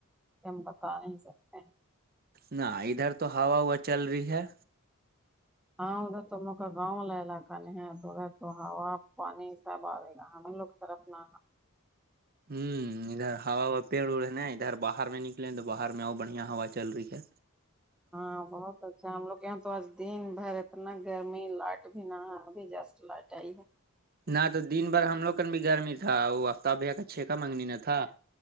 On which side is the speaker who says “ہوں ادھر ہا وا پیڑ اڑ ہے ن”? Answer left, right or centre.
Right